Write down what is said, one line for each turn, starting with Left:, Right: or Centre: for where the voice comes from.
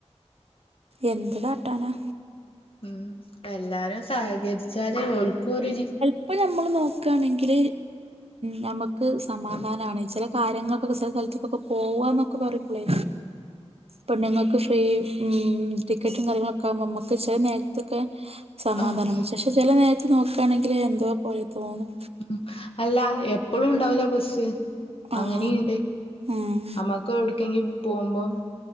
Right: എന്ത് കാട്ടാനാ.
Left: ഉം എല്ലാരും സഹകരിച്ചാലേ ഓല്‍ക്ക് ഒരു
Right: ഇപ്പൊ ഞമ്മൾ നോക്കുകയാണെങ്കിൽ ഞമുക്ക് സമാധാനമാണ് ചില കാര്ങ്ങൾക്കൊക്കെ ചില സ്ഥലത്തക്കൊക്കെ പോവാന്നൊക്കെ പറയുമ്പോളേ പെണ്ണുങ്ങക് ഇപ്പ ഈ ഉം ടിക്കറ്റും കാര്യങ്ങളൊക്കാവുമ്പോ മ്മക്ക് ചെല നേരത്ത്ക്കെ സമാധാനാണ്
Left: ആഹ്
Right: പക്ഷെ ചെല നേരത്ത് നോക്കാണെങ്കില് എന്തോ പോലെ തോന്നും.
Left: ഉമ് അല്ല എപ്പഴും ഉണ്ടവൂല ബസ്സ്.
Right: ആഹ്.
Left: അങ്ങനെയണ്ട്
Right: ഉം.
Left: അമ്മക്ക് എവിടക്കെങ്കി പോകുമ്പോം.